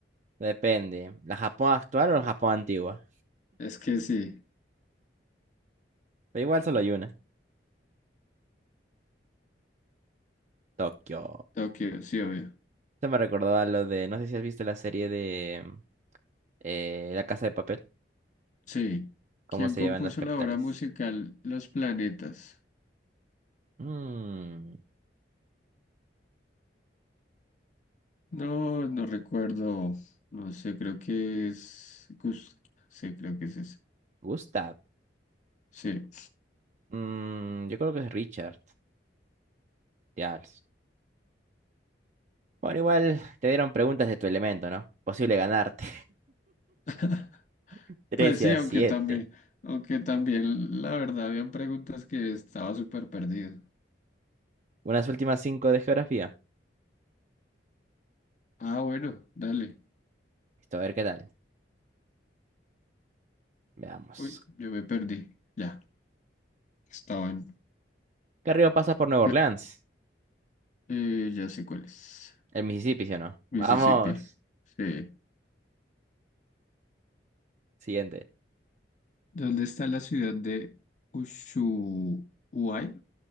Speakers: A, on the right; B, on the left.
A: depende. ¿La Japón actual o la Japón antigua?
B: Es que sí.
A: Pero igual solo hay una. Tokio.
B: Tokio, sí, obvio.
A: Se me recordó a lo de, no sé si has visto la serie de eh, La Casa de Papel,
B: Sí.
A: cómo
B: ¿Quién
A: se
B: compuso
A: llevan las capitales.
B: la obra musical Los Planetas?
A: Mmm,
B: No, no recuerdo. No sé, creo que es Gust. Sí, creo que es ese.
A: Gustav.
B: Sí.
A: Mm, yo creo que es Richard. Ya. Bueno, igual te dieron preguntas de tu elemento, ¿no? Posible ganarte.
B: <laughs>
A: <laughs> 13
B: Pues sí,
A: a
B: aunque
A: siete,
B: también, aunque también, la verdad, habían preguntas que estaba súper perdido.
A: Unas últimas 5 de geografía.
B: Ah, bueno, dale.
A: Listo, a ver qué tal. Veamos.
B: Uy, yo me perdí. Ya, estaban.
A: ¿Qué río pasa por Nueva
B: ¿Qué?
A: Orleans?
B: Eh, ya sé cuál es.
A: El Mississippi, ¿sí o no?
B: Mississippi.
A: Vamos.
B: Sí.
A: Siguiente.
B: ¿Dónde está la ciudad de Ushuaia?